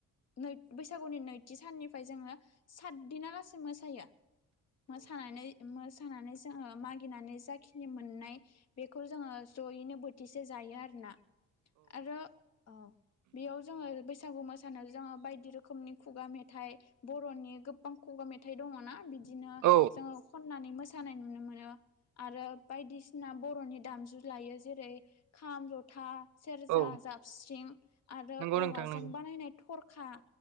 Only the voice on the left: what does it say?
न बैसागुनि नैथि साननिफ्राय जोङो सातदिनालासे मोसायो मोसानानै मोसानानै जोङो मागिनानै जाखिनि मोननाय बेखौ खौ जोङो जयैनो बोथिसे जायो आरोना आरो औ बेयाव जोङो बे बैसागु मोसानाय जोङो बायदि रोखोमनि खुगा मेथाइ बरनि गोबां खुगा मेथाइ दङना बिदि बिदिनो
जोङो खननानै मोसानाय नुनो मोनो आरो बायदिसिना बरनि दामजु लायो जेरै खाम जथा सेरजा
जाबस्रिं आरो
औवाजों
बानायनाय थरखा